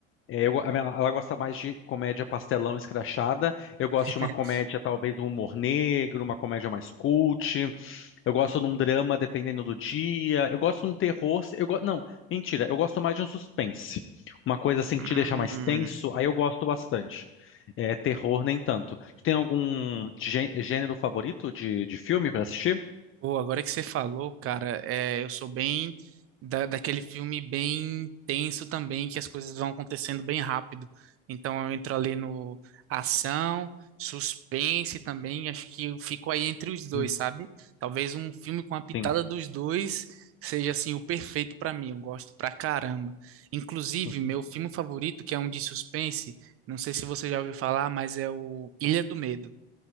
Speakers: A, on the left; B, on the right.
A: É, eu go- a minha- ela gosta mais de comédia pastelão escrachada. Eu gosto de
B: <laughs>
A: uma comédia, talvez um humor negro, uma comédia mais cult. Eu gosto de um drama dependendo do dia. Eu gosto de um terror. se- Eu go... Não, mentira. Eu gosto mais de um suspense. Uma coisa assim
B: Hum.
A: que te deixa mais tenso, aí eu gosto bastante. É, terror nem tanto. Tu tem algum gê- gênero favorito de, de filme pra assistir?
B: Pô, agora que você falou, cara, é, eu sou bem da, daquele filme bem tenso também, que as coisas vão acontecendo bem rápido. Então eu entro ali no ação, suspense também, acho que eu fico aí entre os dois,
A: Hum,
B: sabe? Talvez um filme com a pitada
A: Sim.
B: dos dois seja assim o perfeito pra mim, eu gosto pra caramba. Inclusive,
A: Uhum.
B: meu filme favorito, que é um de suspense, não sei se você já ouviu falar, mas é o Ilha do Medo.